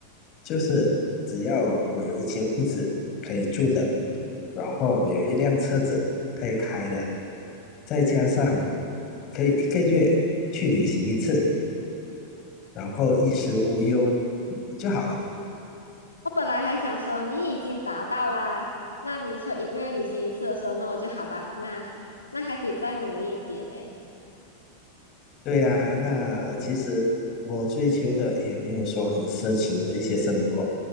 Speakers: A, on the left; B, on the left.
A: 就是只要我有一间屋子可以住的，然后我有一辆车子可以开的，再加上可以一个月去旅行一次，然后衣食无忧就好了。
B: 我本来还想说你已经达到啦，那你说一个月旅行一次的时候，那我就好吧，那那还得再努力一点呢。
A: 对呀，那其实我追求的也没有说很奢侈的一些生活，